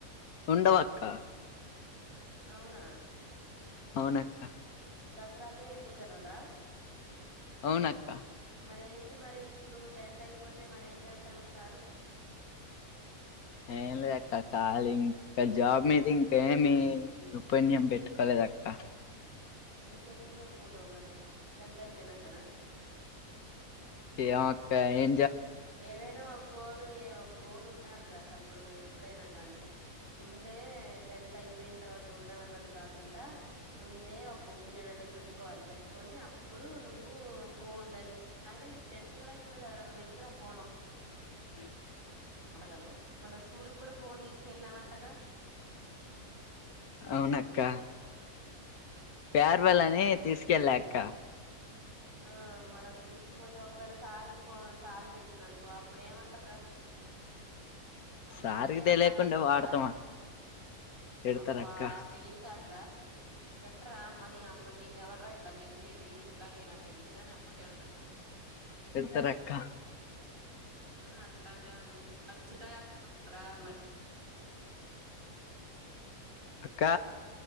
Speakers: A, on the left; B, on the right.
A: ఉండవాక్క
B: అవునా
A: అవునక్క
B: దసరాకే ఎక్కువ సెలవులా
A: అవునక్క
B: మరి ఏంటి మరి ఇప్పుడు టెన్త్ అయిపో పోతే మరీ ఏం చేద్దామని సారు
A: ఏం లేదక్క కాలీ ఇంకా జాబ్ మీద ఇంకేమి రూపన్ం పెట్టుకోలేద అక్క
B: ఇంకెప్పుడు పెట్టుకుంటాం మరి టెన్త్ అయిపోయినాకనా
A: ఏమో అక్క ఏమి
B: ఏదైనా ఒగ్గోలు ఏ ఒ్ గోల్ ఉండాలిరా తమ్ముడు ఎప్పుడైనా గాని ముందే టెన్త్ అయిపోయిన తర్వాత చూద్దాం అన్నట్టు కాకుండా ముందే ఒక ఒపీనియన్ అనేది పెట్టుకోవాలి పెట్టుకని అప్పుడు నువ్వు ఫోన్లని ఆయన టెన్త్ కూడా అయిపోలే కదారా నువెందుకు రా ఫోర్వే
A: హ
B: కొత్తగాను మనస్క స్కూలుకి కూడా ఫోన్ తీసుకెళ్లావంటగా
A: అవునక్క ఫేర్వెల్ అని
B: తెలుసు
A: తీసుకెళ్ళక్క
B: తెలుసు ఆ మరి అట్లా తీసుకుపోతే ఒకవేళ సారికి ఫోన్ సారికి తెలిసింది అనుకో అప్పుడు ఏమంటార రా
A: సార్కి
B: తెలిస్తే అమ్మో
A: తెలియకుండా
B: నాన్న తిట్టారా
A: వాడతామా తిడతారక్క
B: అబ్బా తెలివితేట ఇలా తిటరా ఆమనీ ఆమనీ నీను ఎవడు రా ఇట్లా పెంచ్ వచ్చేది ఎట్లాగైనా పెంచేది అని అప్పుడు తడతారు
A: తిడతారు అక్క
B: ఆ అట్లాగా నువ్వు బ చికాస్త మ
A: అక్క